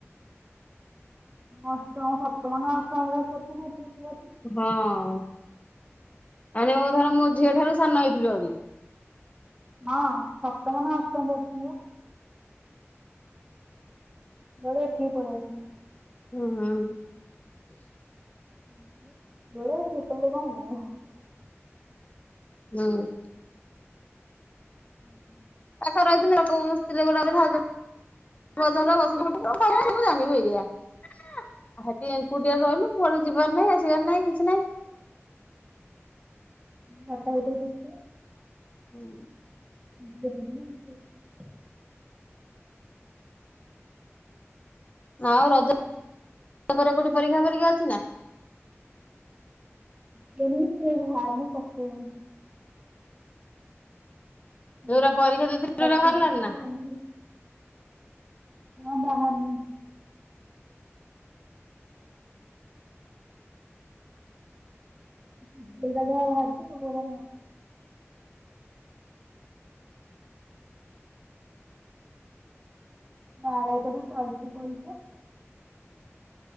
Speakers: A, on the right; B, on the left.
A: ଅଷ୍ଟମ ସପ୍ତମ ନା ଅଷ୍ଟମ କ୍ଲାସ୍ ପଢୁଥିଲି ଏଠିକି ପଳେଇଆସ
B: ହଁ। ମାନେ ମୁଁ ଧର ମୋ ଝିଅ ଠାରୁ ସାନ ହେଇଥିଲୁ ଆହୁରି।
A: ହଁ ସପ୍ତମନା ଅଷ୍ଟମ ପଢ଼ୁଥିଲି ବା ନହେଲେ ଏଠିକି ପଳେଇଆସିନୁ।
B: ହଁ।
A: <unintelligible>
B: ହୁଁ।
A: <inaudible>
B: ପର ହେଇଥିଲେ ତାକୁ ସିଲେ <unintelligible> <unintelligible> ବସିଲୁ ଉଠିଲୁ ସବୁ ଜାଣିବୁ ଏଇଆ ଆ ହେଟି ଏଙ୍କୁଟିଆ ରହିଲୁ। ଘରୁ ଯିବାର ନାହିଁ ଆସିବାର ନାହିଁ କିଛି ନାହିଁ।
A: <unintelligible>
B: ହୁଁ।
A: <unintelligible>
B: ଆଉ ରଜ <inaudible> କୋଉଠି ପରୀକ୍ଷା ଫରୀକ୍ଷା ଅଛି ନା?
A: <unintelligible> ଭାରିନି ପକେଇନି। <unintelligible>
B: ଯୋଉରା ପରୀକ୍ଷା ଦେଇଥିଲୁ ସେଗୁରା ବାହାରିଲାଣି ନା?
A: ନା ବାହାରିନି। <unintelligible> ଯୋଉରା ଯାହା ବାହାରିଥିବ <unintelligible> ବାରଟାରୁ ଚାଲଚି ପରୀକ୍ଷା।